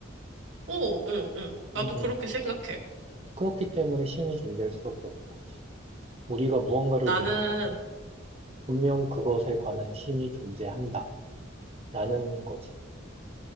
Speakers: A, on the right; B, on the right.
A: 오, 응, 응. 나도
B: 응,
A: 그렇게
B: 응.
A: 생각해.
B: 그렇기 때문에 신이 존재할 수밖에 없는 거지. 우리가 무언가를
A: 나는
B: 믿는다면 분명 그것에 관한 신이 존재한다. 라는 거지.